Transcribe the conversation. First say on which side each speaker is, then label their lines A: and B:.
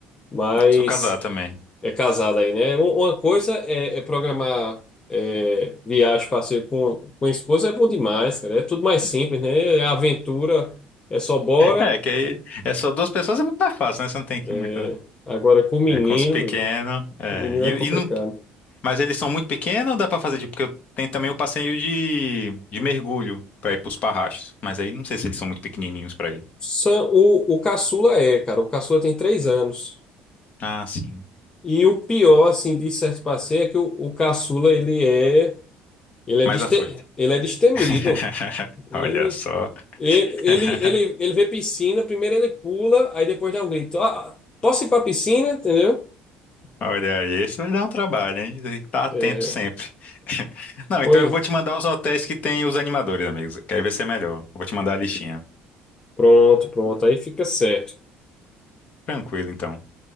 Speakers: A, on the left (about 25°); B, on the left (about 50°).
A: mas.
B: Preciso casar também.
A: É casado aí, né? Um- Uma coisa é, é programar é, viagem, passeio com, com a esposa é bom demais, cara. É tudo mais simples, né? É aventura, é só bora.
B: É, que aí é só duas pessoas, é muito mais fácil, né? Você não tem que
A: É,
B: ir muita.
A: Agora com o menino,
B: É, com os pequenos. É.
A: o menino
B: E,
A: é complicado.
B: e não, mas eles são muito pequenos ou dá pra fazer? Tipo, porque eu- tem também o passeio de, de mergulho pra ir pros parrachos. Mas aí não sei se eles são muito pequenininhos pra ir.
A: Sam- O, o caçula é, cara. O caçula tem três anos.
B: Ah, sim.
A: E o pior, assim, de certo passeio é que o, o caçula, ele é, ele é,
B: Mas
A: deste,
B: já foi.
A: ele é destemido.
B: <laughs>
A: Ele,
B: Olha só.
A: Ele,
B: <laughs>
A: ele, ele, ele vê piscina, primeiro ele pula, aí depois dá um grito. Ah, posso ir pra piscina? Entendeu?
B: Olha aí, isso vai dar um trabalho, hein? Tem que estar atento
A: É,
B: sempre. <laughs> Não,
A: pois,
B: então eu vou te mandar os hotéis que tem os animadores, amigos. Que aí vai ser melhor. Eu vou te mandar a listinha.
A: pronto, pronto. Aí fica certo,
B: Tranquilo, então.